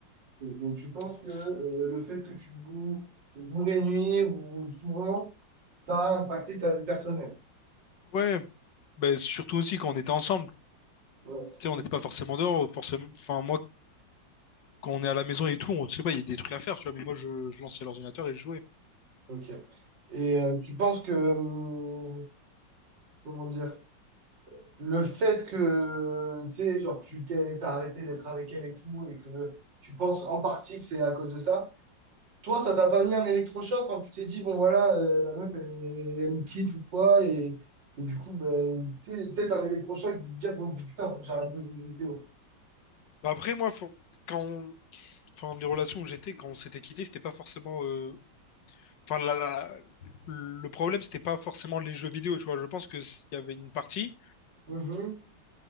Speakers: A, on the right (about 70°); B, on the left (about 70°).
A: Donc tu penses que
B: c'est-
A: euh, le fait que tu joues jour et nuit ou souvent, ça a impacté ta vie personnelle.
B: ouais, bah, surtout aussi quand on était ensemble.
A: Ouais,
B: Tu sais, on n'était pas forcément dehors, forcément. Enfin, moi, quand on est à la maison et tout, on sait pas, il y a des trucs à faire, tu vois. Mais moi, je, je lançais l'ordinateur et je jouais.
A: ok. Et euh, tu penses que, hum, comment dire, le fait que, tu sais, genre, tu t'es, t'as arrêté d'être avec elle et tout, et que tu penses en partie que c'est à cause de ça, toi, ça t'a pas mis un électrochoc quand tu t'es dit, bon, voilà, euh, la meuf, elle, elle me quitte ou quoi, et, et du coup, ben, tu sais, peut-être un électrochoc de te dire, bon, putain, faut que j'arrête de jouer aux jeux
B: Bah, après, moi, faut- quand enfin, les relations où j'étais quand on s'était quitté, c'était pas forcément. euh, Enfin, la- la- le problème, c'était pas forcément les jeux vidéo, tu vois. Je pense qu'il y avait une partie,
A: vidéo.